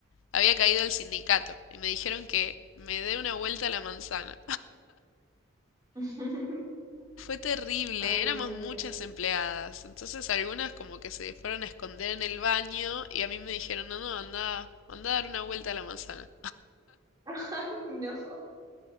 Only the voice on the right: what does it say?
<laughs>
Ay, no
me digas.
<laughs> Ay, no.